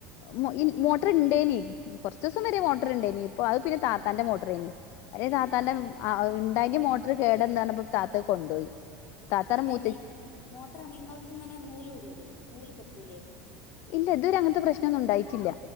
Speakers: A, on the left; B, on the left.
A: മൊ ഇ മോട്ടർ ഇണ്ടേനി കുറച്ച് ദിവസം
B: ഏ
A: വരെ മോട്ടറിണ്ടേനി. ഇപ്പൊ അത് പിന്നെ താത്താന്റെ
B: ഏ
A: മോട്ടറേനി അല്ലേ
B: ഏ
A: താത്താന്റെ ആ ഇണ്ടായിന് മോട്ടർ കേടന്നാണിപ്പോ താത്ത കൊണ്ടോയി. താത്തടെ മൂ
B: ഇ മോട്ടർ ഇങ്ങള്ക്കിങ്ങനെ നൂല് വിടൂലേ, നൂല് പൊട്ടൂലേ
A: ഇല്ല ഇതുവരെ അങ്ങനത്തെ പ്രശ്നം ഒന്നും ഉണ്ടായിറ്റില്ല.